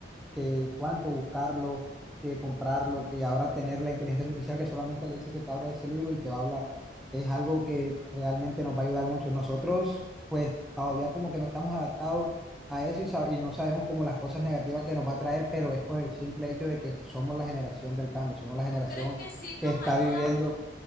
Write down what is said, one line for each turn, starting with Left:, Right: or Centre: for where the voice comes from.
Centre: que cuánto buscarlo, que comprarlo, que ahora tener la inteligencia artificial que solamente le dice que te abra ese libro y te va a hablar. Es algo que realmente nos va a ayudar mucho. Nosotros, pues todavía como que no estamos adaptados a eso y, sab- y no sabemos como las cosas negativas que nos va a traer, pero es por el simple hecho de que somos la generación del cambio, somos la generación
Left: ¿Tú crees que sí
Centre: que
Left: nos
Centre: está
Left: ayuda
Centre: viviendo